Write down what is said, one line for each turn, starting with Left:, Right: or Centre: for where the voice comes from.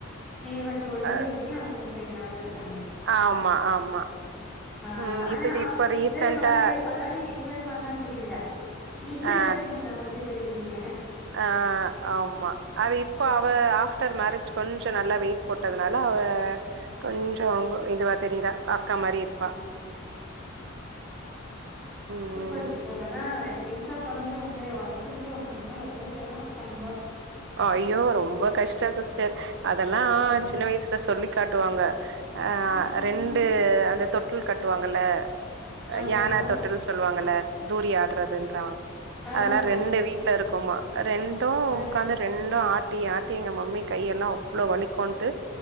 Centre: நீங்க கொஞ்சோ ஒள்ளியா
Right: அ
Centre: இருக்கீங்க அவங்க செய்ந்தாப்ல இருக்காங்க
Right: ஆமா ஆமா
Centre: ஆ
Right: ம்
Centre: ஆனா
Right: இப்ப இது
Centre: அவங்க
Right: இப்ப
Centre: சிஸ்டர்
Right: ரீசன்டா
Centre: மாரி அதாது எங்கர் மார்லாம் தெரியில நீங்கதா
Right: ஆ
Centre: ஜின்ன புள்ள மாதிரி தெரியுறீங்க
Right: ஆ ஆமா அது இப்போ அவ ஆஃப்டர் மேரேஜ் கொஞ்சோ நல்லா வெயிட் போட்டதுனால அவ கொஞ்சோம் இதுவா தெரியுறா அக்கா மாரி இரு
Centre: ம்
Right: ம்
Centre: சூப்பர் ஸ்டர் ஆனா யெங்ஸ்டா பொறஞ்சு உங்ளே வளக்கறதுக்கு உங்க அம்மா எவ்ளோ செரமா பட்டாங்களோ
Right: ஆ ஐயோ ரொம்ப கஷ்டம் சிஸ்டர் அதெல்லாம்
Centre: ம்
Right: ஜின்ன வயசுல சொல்லி காட்டுவாங்க ஆ
Centre: ம்
Right: ரெண்டு
Centre: ம்
Right: அந்த தொட்டுல் கட்டுவாங்கல
Centre: ஆமா
Right: யானா தொட்டில் சொல்லுவாங்கல்ல தூரி ஆடுறதுன்றவங்
Centre: ஆமா
Right: அதெல்லா ரெண்டு வீ ட்டுலருக்குமா ரெண்டும்
Centre: அ
Right: கான ரெண்டும் ஆட்டி ஆட்டி எங்க மம்மி கையெல்லாம் அவ்ளோ வலிக்கோண்ட்டு